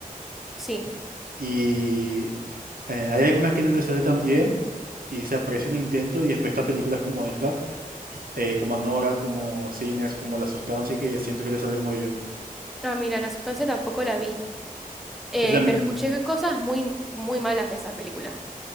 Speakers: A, in the centre; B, on the right.
A: Sí.
B: y eh, hay algunas que no les sale tan bien y se aprecia el intento y después están películas como esta eh, como Anora, como Sinners, como La Sustancia, así que siento que le sale muy bien.
A: Ah, mira, la sustancia tampoco la vi. Eh,
B: ¿Eso también
A: pero escuché cosas muy, muy malas de esa película.